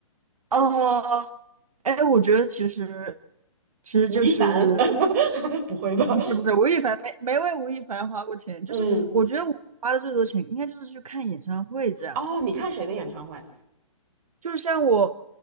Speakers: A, on the right; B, on the right.
A: 哦，哎，我觉得其实其实就是
B: 吴亦凡，<laughs> 不会吧？
A: <laughs> 不是不是吴亦凡没没为吴亦凡花过钱，就是我觉得我花的最多钱应该就是去看演唱会这样，
B: 嗯，哦，你看谁的演唱会？
A: 就像我